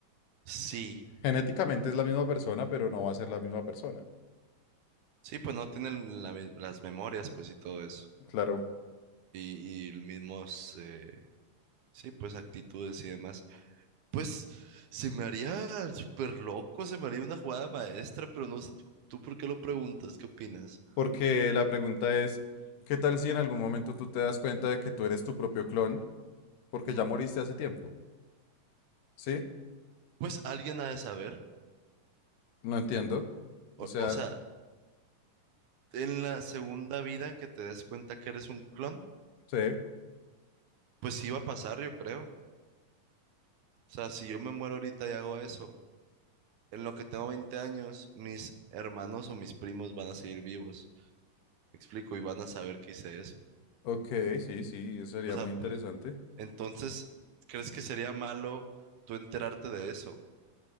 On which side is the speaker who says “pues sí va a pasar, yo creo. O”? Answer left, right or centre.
Right